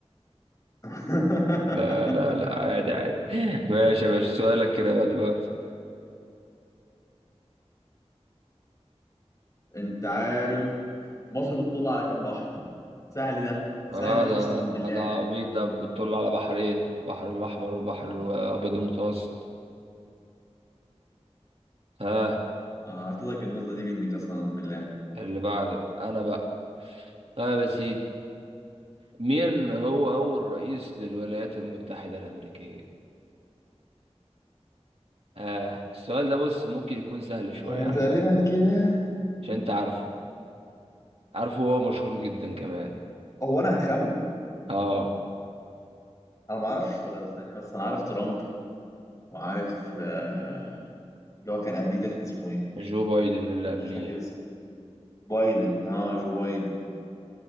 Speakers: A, on the left; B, on the right.
A: <laughs>
B: لا لا لا عادي عادي ماشي يا باشا سؤالك كده بقى دلوقتي
A: انت عارف مصر بتطل على كام بحر سهل ده سهل
B: اه
A: ده
B: ده
A: قسما بالله
B: ده ده عبيط ده بتطل على بحرين بحر الأحمر والبحر الأبيض المتوسط ها
A: آه، اعطيتك النقطة دي مني قسما بالله
B: اللي بعده أنا بقى طيب يا سيدي مين هو أول رئيس للولايات المتحدة الأمريكية؟ آه السؤال ده بص ممكن يكون سهل شوية
A: هما
B: على
A: تقريبا
B: فكرة
A: كده
B: عشان أنت عارفه عارفه هو مشهور جدا كمان
A: هو انا هخمن
B: آه
A: انا ما اعرفش غير ثانية بس انا عارف ترامب وعارف آه، اللي هو كان قبليه ده كان اسمه ايه
B: جو بايدن اللي قبليه
A: مش فاكر اسمه بايدن اه جو بايدن